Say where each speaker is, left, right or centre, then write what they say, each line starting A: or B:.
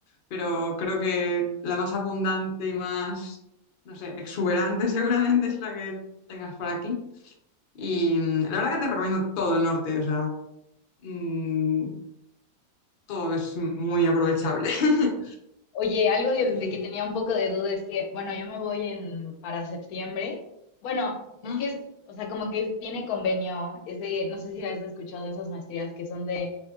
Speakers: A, on the left (about 55°); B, on the left (about 80°).
A: pero creo que la más abundante y más, no sé, exuberante <laughs> seguramente es la que tengas por aquí. Y mm, la verdad que te recomiendo todo el norte, o sea, mm, todo es muy aprovechable. <laughs>
B: Oye, algo de,
A: Y,
B: de que tenía un poco de duda es que, bueno, yo me voy en para septiembre. Bueno, es
A: ujú.
B: que es, o sea, como que tiene convenio, es de, no sé si has escuchado esas maestrías que son de